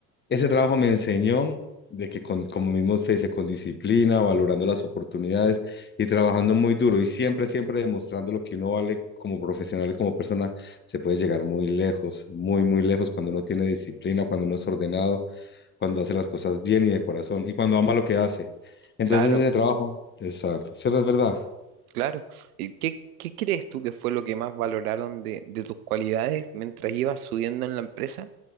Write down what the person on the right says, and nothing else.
Claro,
claro. ¿Y qué, qué crees tú que fue lo que más valoraron de, de tus cualidades mientras ibas subiendo en la empresa?